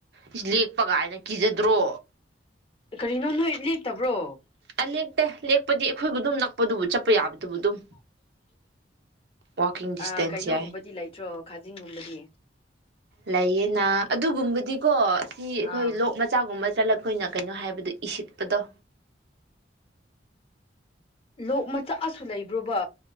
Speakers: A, on the right (about 65°); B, on the left (about 30°).
A: ꯏꯁ ꯂꯦꯛꯄ ꯀꯥꯏꯅ ꯀꯤꯖꯗ꯭ꯔꯣ
B: ꯀꯔꯤꯅꯣ ꯅꯣꯏ ꯂꯦꯛꯇꯕ꯭ꯔꯣ
A: ꯑ ꯂꯦꯛꯇꯦ ꯂꯦꯛꯄꯗꯤ ꯑꯩꯈꯣꯏꯕꯨ ꯑꯗꯨꯝꯅ ꯄꯗꯨꯕꯨ ꯆꯠꯄ ꯌꯥꯕꯗꯨꯕꯨ ꯑꯗꯨꯝ ꯋꯥꯛꯀꯤꯡ ꯗꯤꯁꯇꯦꯟꯁ
B: ꯑ ꯀꯩꯅꯣꯒꯨꯝꯕꯗꯤ
A: ꯌꯥꯏ
B: ꯂꯩꯇ꯭ꯔꯣ ꯈꯥꯖꯤꯡꯒꯨꯝꯕꯗꯤ
A: ꯂꯩꯌꯦꯅ ꯑꯗꯨꯒꯨꯝꯕꯗꯤꯀꯣ ꯁꯤ ꯑꯩꯈꯣꯏ
B: ꯑꯥ
A: ꯂꯣꯛ ꯃꯆꯥꯒꯨꯝꯕ ꯆꯠꯂꯛꯄ ꯑꯣꯏꯅ ꯀꯩꯅꯣ ꯍꯥꯏꯕꯗ ꯏꯁꯤꯠꯄꯗꯣ
B: ꯂꯣꯛ ꯃꯆꯥ ꯁꯨ ꯂꯩꯕ꯭ꯔꯣꯕ